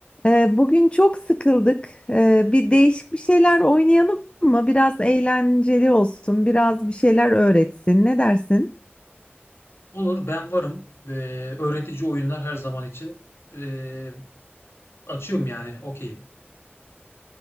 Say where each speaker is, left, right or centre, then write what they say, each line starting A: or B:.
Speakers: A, on the left; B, on the left.
A: Ee, Bugün çok sıkıldık. Ee, Bir değişik bir şeyler oynayalım mı? Biraz eğlenceli olsun, biraz bir şeyler öğretsin. Ne dersin?
B: Olur ben varım. Ee, öğretici oyunlar her zaman için ee, açığım yani okeyim.